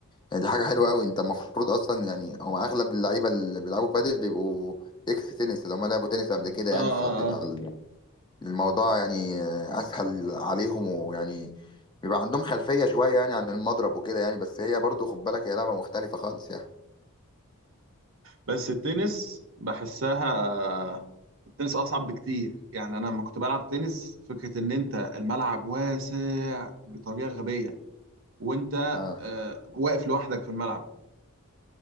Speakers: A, on the left; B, on the right.
A: يعني دي حاجه حلوه قوي انت المفروض اصلا يعني هو اغلب اللعيبه اللي بيلعبوا بادل بيبقوا اكس تنس اللي هم لعبوا تنس قبل كده
B: اه
A: يعني
B: اه
A: فبيبقى
B: اه
A: ال- الموضوع يعني آه، اسهل عليهم ويعني بيبقى عندهم خلفيه شويه يعني عن المضرب وكده يعني بس هي برضو خد بالك هي لعبه مختلفه خالص يعني
B: بس التنس بحسها التنس اصعب بكتير يعني انا لما كنت بلعب تنس فكره ان انت الملعب واسع بطريقه غبيه وانت
A: اه
B: آه واقف لوحدك في الملعب